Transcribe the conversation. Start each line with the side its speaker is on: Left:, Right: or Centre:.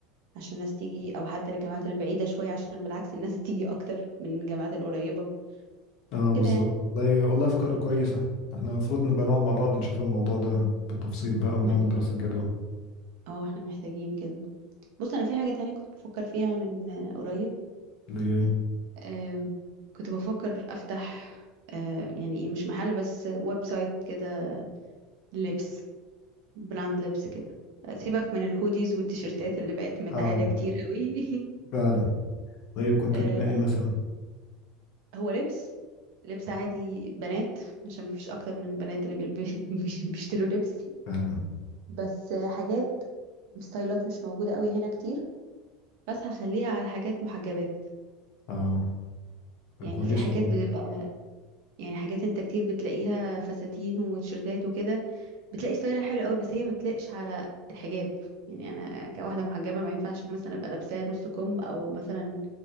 Right: عشان الناس تيجي أو حتى للجامعات البعيدة شوية عشان بالعكس الناس <laughs> تيجي أكتر من الجامعات القريبة
Left: اه بالظبط
Right: كده يعني
Left: والله والله افكار كويسة احنا المفروض نبقى نقعد مع بعض نشوف الموضوع ده بالتفصيل بقى ونعمل
Right: ما احنا
Left: دراسة جدوى
Right: اه احنا محتاجين كده بص أنا في حاجة تانية كنت بفكر فيها من آه، قريب
Left: اللي هي إيه.
Right: آم، كنت بفكر أفتح آه، يعني ايه مش محل بس ويب سايت كده لبس براند لبس كده آه، سيبك من الهوديز والتيشيرتات اللي بقت متعادة
Left: اه
Right: كتير قوي <laughs>
Left: فعلا طيب كنت
Right: آه
Left: هتبقى
Right: لا
Left: ايه مثلا
Right: هو لبس لبس عادي بنات عشان مفيش اكتر من البنات اللي بيلب- <laughs> بيشتروا لبس
Left: فعلا
Right: بس آه، حاجات ستايلات مش موجودة قوي هنا كتير بس هخليها على حاجات محجبات
Left: اه طب
Right: يعني
Left: كويس
Right: في حاجات
Left: والله
Right: بتبقى يعني حاجات انت كتير بتلاقيها فساتين وتيشيرتات وكده بتلاقي ستايلها حلو قوي بس هي ما تلاقش على الحجاب يعني انا كواحده محجبه ما ينفعش مثلا ابقى لابسه نص كم او مثلا